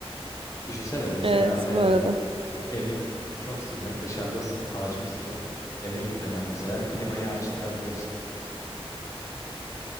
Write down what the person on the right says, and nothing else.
Evet
bu arada.